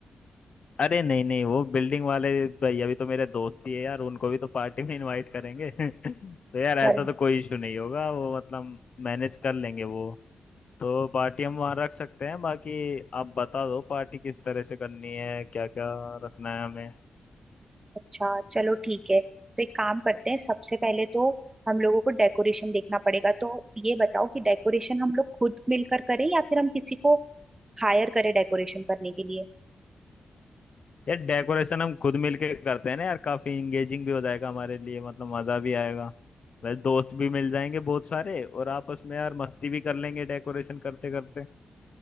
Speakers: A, on the left (about 50°); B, on the right (about 20°).
A: अरे नहीं नहीं वो बिल्डिंग वाले भैया भी तो मेरे दोस्त ही है यार उनको भी तो पार्टी में इनवाइट करेंगे <laughs> तो यार
B: चल
A: ऐसा तो कोई इशू नहीं होगा वो मतलब मैनेज कर लेंगे वो तो पार्टी हम वहाँ रख सकते हैं बाकी आप बता दो पार्टी किस तरह से करनी है क्या क्या रखना है
B: अच्छा चलो ठीक है तो एक काम करते हैं सबसे पहले तो हम लोगों को डेकोरेशन देखना पड़ेगा तो ये बताओ कि डेकोरेशन हम लोग खुद मिलकर करें या फिर हम किसी को हायर करें डेकोरेशन करने के लिए
A: यार डेकोरेशन हम खुद मिलके करते हैं ना यार काफी इंगेजिंग भी हो जाएगा हमारे लिए मतलब मजा भी आएगा वैसे दोस्त भी मिल जाएंगे बहुत सारे और आपस में यार मस्ती भी कर लेंगे डेकोरेशन करते करते